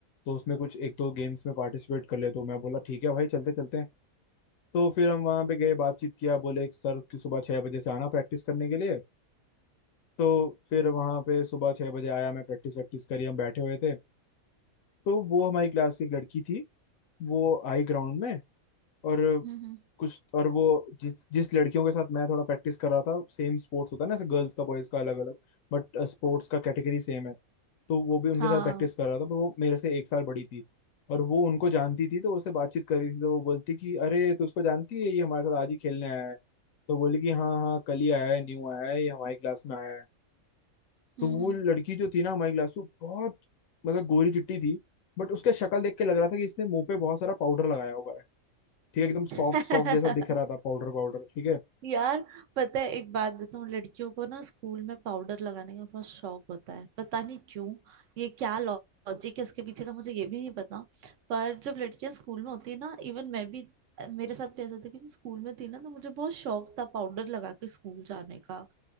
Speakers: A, on the left; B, on the right.
A: तो उसमें कुछ एक दो गेम्स में पार्टिसिपेट कर ले तो मैं बोला ठीक है भाई चलते चलते तो फिर हम वहाँ पे गए बातचीत किया बोले कि सर कि सुबह छः बजे से आना प्रैक्टिस करने के लिए तो फिर वहाँ पे सुबह छः बजे आया मैं प्रैक्टिस वैक्टिस करी हम बैठे हुए थे तो वो हमारी क्लास की एक लड़की थी वो आई ग्राउंड में और
B: हम्म हम्म
A: कुछ और वो जिस जिस लड़कियों के साथ मैं थोड़ा प्रैक्टिस कर रहा था सेम स्पोर्ट्स होता है ना गर्ल्स का बॉयज का अलग अलग बट स्पोर्ट्स का कैटेगरी सेम है तो वो भी उनके
B: हाँ
A: साथ प्रैक्टिस कर रहा था पर वो मेरे से एक साल बड़ी थी और वो उनको जानती थी तो उससे बातचीत करी थी तो वो बोलती कि अरे तू उसको जानती है ये हमारे साथ आज ही खेलने आया है तो बोली कि हाँ हाँ कल ही आया है न्यू आया है ये हमारी क्लास में आया है तो
B: हम्म
A: वो
B: हम्म
A: लड़की जो थी ना हमारी क्लास में बहुत मतलब गोरी चिट्टी थी बट उसके शक्ल देख के लग रहा था कि इसने मुंह पे बहुत सारा पाउडर लगाया हुआ है ठीक है एकदम
B: <laughs>
A: सॉफ्ट सॉफ्ट जैसा दिख रहा था पाउडर पाउडर ठीक है
B: यार पता है एक बात बताऊँ लड़कियों को ना स्कूल में पाउडर लगाने का बहुत शौक होता है पता नहीं क्यों ये क्या लॉजिक है इसके पीछे का मुझे ये भी नहीं पता पर जब लड़कियां स्कूल में होती है ना इवन मैं भी मेरे साथ भी ऐसा था कि मैं स्कूल में थी ना तो मुझे बहुत शौक था पाउडर लगा के स्कूल जाने का